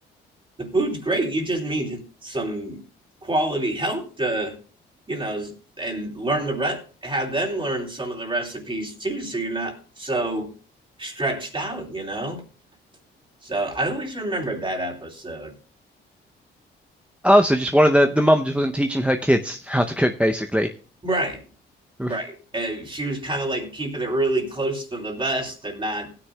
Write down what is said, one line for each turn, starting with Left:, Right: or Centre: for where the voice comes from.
Right: the food's great. You just need some quality help to, you know, and learn the re- have them learn some of the recipes too, so you're not so stretched out, you know. So I always remembered that episode.
Centre: Oh, so just one of the the mum just wasn't teaching her kids how to cook, basically.
Right: Right,
Centre: Oof.
Right: right. And she was kind of like keeping it really close to the vest and not.